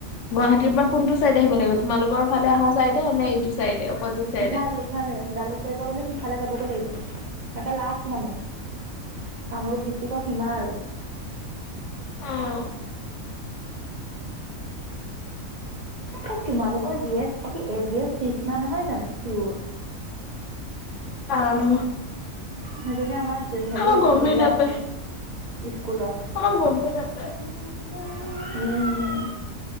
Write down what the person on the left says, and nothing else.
গুৱাহাটীৰ
পা কোনটো চাইডে আহিব লাগিব তোমালোকৰ ফালে অহা চাইডে নে এইটো চাইডে অপজিত চাইডে
অ'।
আম
আমাৰ
গমেই
নাপায়
আমাৰ গমেই নাপায়